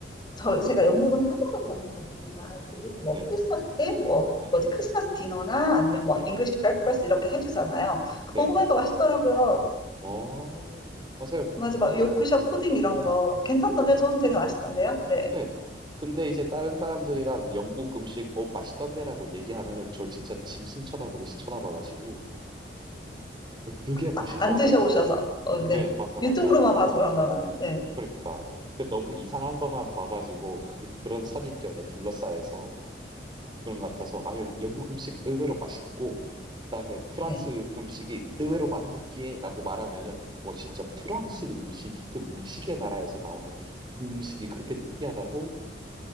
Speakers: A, on the left (about 25°); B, on the right (about 25°).
A: 저 제가 영국은 한 번도 가본 적 없지만 그분이 뭐
B: 네네,
A: 크리스마스 때 뭐
B: 네네,
A: 뭐지 크리스마스 디너나 아니면 뭐
B: 네네,
A: 잉글리시 브렉퍼스트 이렇게 해주잖아요. 그
B: 네네,
A: 먹어보니까 맛있더라고요.
B: 어, 맞아요.
A: 맞아, 막 요크셔 푸딩 이런
B: 음.
A: 거 괜찮던데
B: 네,
A: 저는 되게
B: 네.
A: 맛있던데요. 네,
B: 네. 근데 이제 다른 사람들이랑 영국 음식, 어, 맛있던데라고 얘기하면은 저 진짜 짐승 쳐다보듯이 쳐다봐가지고, 음, 그게 맛있다고?
A: 아, 안 드셔보셔서
B: 음.
A: 어, 네
B: 네, 맞아, 맞아.
A: 유튜브로만 봐서 그런가 봐요. 네,
B: 그러니까 그 너무 이상한 것만 봐가지고 그, 그런 선입견에 둘러싸여서 그런 것 같아서 아 여기 영국 음식 의외로 맛있고 그다음에 프랑스
A: 네,
B: 음식이 의외로 많이 느끼해라고 말하면은 뭐 진짜 프랑스 음식이 그 미식의 나라에서 나오는 그 음식이 그렇게 느끼하다고